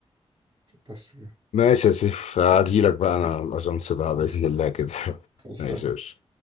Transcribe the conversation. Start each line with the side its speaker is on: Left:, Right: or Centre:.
Right: بس كده
Left: ماشي يا سيف هجيلك بقى انا الاجنس بقى
Right: ماشي
Left: بإذن
Right: <laughs>
Left: الله كده <laughs>
Right: خلصان
Left: ماشي يا باشا.